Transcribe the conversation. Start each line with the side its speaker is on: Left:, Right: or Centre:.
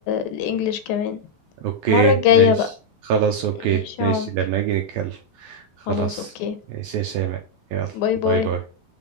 Left: الEnglish كمان،
Right: أوكي
Left: المرة الجاية
Right: ماشي
Left: بقى.
Right: خلاص أوكي
Left: ماشي
Right: ماشي
Left: يا عمر،
Right: لما أجي نتكلم خلاص
Left: خلاص أوكي.
Right: ماشي يا شيماء يلا
Left: باي،
Right: باي
Left: باي.
Right: باي